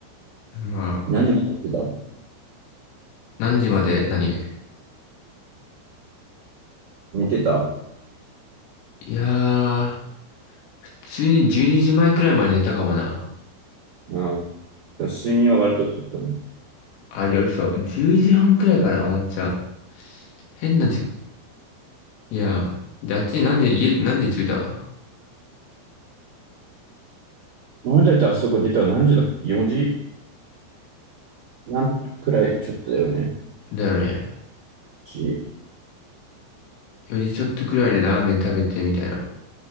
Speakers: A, on the left (about 85°); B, on the right (about 50°).
A: まあ、
B: 何時まで寝てた
A: 何時まで何
B: 寝てた
A: いやー、普通に12時前くらいまで寝たかもな。
B: ああ、睡眠は割と取ったんだ。
A: あ、いや、嘘。10時半くらいかな、ワンチャン。変な時、いやー、で、あっちに何で、家、何時着いた
B: お前たちあそこ出たの何時だっけ ?4 時なんくらいちょっとだよね。
A: だよね。
B: し
A: 4時ちょっとくらいでラーメン食べて、みたいな。